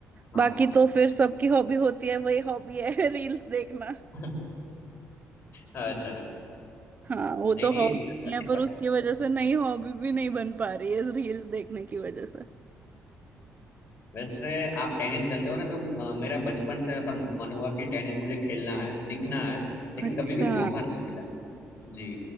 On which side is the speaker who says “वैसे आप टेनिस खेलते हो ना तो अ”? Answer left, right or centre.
Left